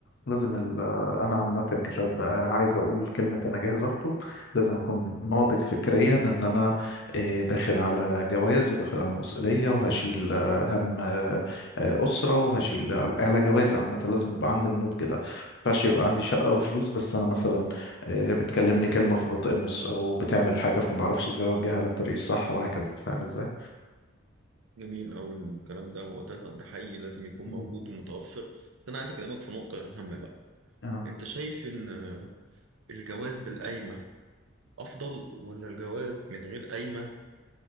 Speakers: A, on the left; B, on the right.
A: لازم ال- آه، أنا عامة كشاب آه، عايز أقول كلمة أنا جاهز أخطب لازم أكون ناضج فكريا إن أنا آه، داخل على جواز وداخل على مسؤولية وهشيل آه، هم آه، آه، أسرة وهشيل على على جواز عامة لازم يبقى عندي النضج ده ينفعش يبقى عندي شقة وفلوس بس أنا مثلا آه، بتكلمني كلمة فبتقمص أو بتعمل حاجة فمعرفش إزاي أوجهها للطريق الصح وهكذا فاهم إزاي
B: جميل أوي الكلام ده هو ده ده حقيقي لازم يكون
A: مم.
B: موجود ومتوفر بس أنا عايز أكلمك في نقطة أهم بقى
A: اه
B: أنت شايف إن آه، الجواز بالقايمة أفضل ولا الجواز من غير قايمة